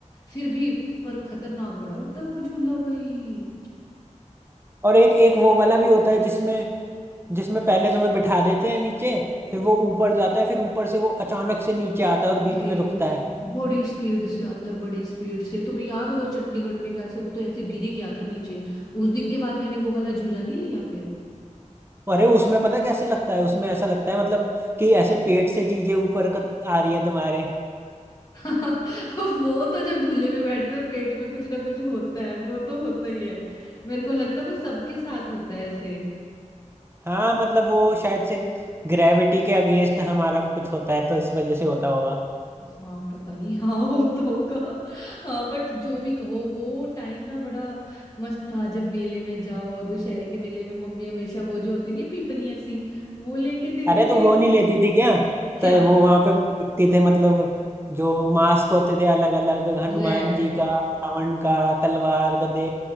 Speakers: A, on the left; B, on the right.
A: फिर भी पर खतरनाक बड़ा होता है वो झूला भाई
B: और एक एक वो वाला भी होता है जिसमें जिसमें पहले तुम्हें बिठा देते हैं नीचे फिर वो ऊपर जाता है फिर ऊपर से वो अचानक से नीचे आता है और बीच
A: भाई
B: में रुकता है
A: बड़ी स्पीड से आता है बड़ी स्पीड से तुम्हें याद होगा चंडीगढ़ में कैसे वो तो ऐसे गिर ही गया था नीचे उस दिन के बाद मैंने वो वाला झूला नहीं लिया फिर
B: अरे उसमें पता है कैसे लगता है उसमें ऐसा लगता है मतलब कि ऐसे पेट से चीजें ऊपर क- आ रही हैं तुम्हारे
A: <laughs> हाँ, वो तो जब झूले में बैठते हो पेट में कुछ ना कुछ होता है वो तो होता ही है मेरे को लगता है वो सबके साथ होता है ऐसे
B: हाँ मतलब वो शायद से ग्रेविटी के अगेंस्ट हमारा कुछ होता है तो इस वजह से होता होगा
A: हाँ पता नहीं <laughs> हाँ होता होगा हाँ बट जो भी कहो वो टाइम ना बड़ा मस्त था जब मेले में जाओ दुशहरे के मेले में मम्मी हमेशा वो जो होती नहीं पीपनी ऐसी वो लेके देती
B: अरे तो
A: थी
B: वो नहीं लेती थी क्या
A: क्या
B: तो वो वहां पे दिखते थे मतलब जो मास्क होते थे अलग अलग हनुमान
A: ले
B: जी का रावण का तलवार गदे